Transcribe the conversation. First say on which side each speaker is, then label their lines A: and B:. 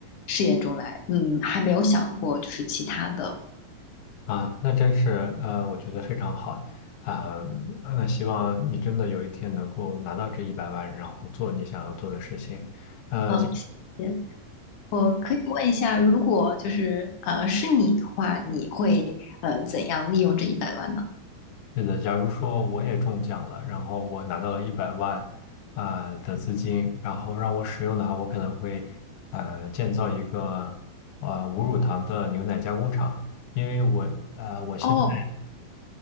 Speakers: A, on the left (about 60°); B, on the left (about 85°).
A: 事业中来。嗯，还没有想过就是其他的。
B: 啊，那真是呃，我觉得非常好啊，那希望你真的有一天能够拿到这一百万，然后做你想要做的事情。呃，
A: 嗯，谢谢。我可以问一下，如果就是呃是你的话，你会呃怎样利用这一百万呢？
B: 对的，假如说我也中奖了，然后我拿到了一百万啊、呃的资金，然后让我使用的话，我可能会呃建造一个呃无乳糖的牛奶加工厂，因为我呃我现在
A: 哦。